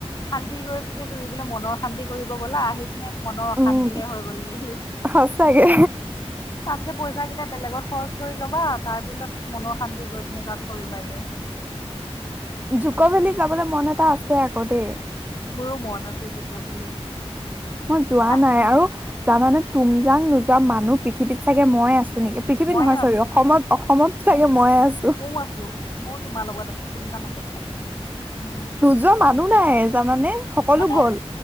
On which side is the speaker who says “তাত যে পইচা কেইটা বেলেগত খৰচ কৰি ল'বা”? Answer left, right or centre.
Left